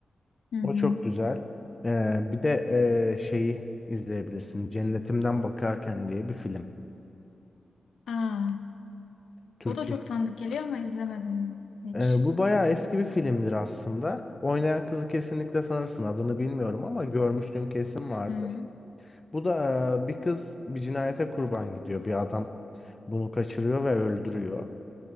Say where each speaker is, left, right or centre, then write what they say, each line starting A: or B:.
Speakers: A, on the left (about 85°); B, on the left (about 25°).
A: Hı hı.
B: O çok güzel. Ee, bir de e, şeyi izleyebilirsin. Cennetimden Bakarken diye bir film.
A: Aa,
B: Türkçe.
A: o da çok tanıdık geliyor ama izlemedim hiç.
B: Ee, bu bayağı eski bir filmdir aslında. Oynayan kızı kesinlikle sanırsın. Adını bilmiyorum ama görmüştüm kesin
A: Hı
B: vardı.
A: hı.
B: Bu da e, bir kız bir cinayete kurban gidiyor. Bir adam bunu kaçırıyor ve öldürüyor.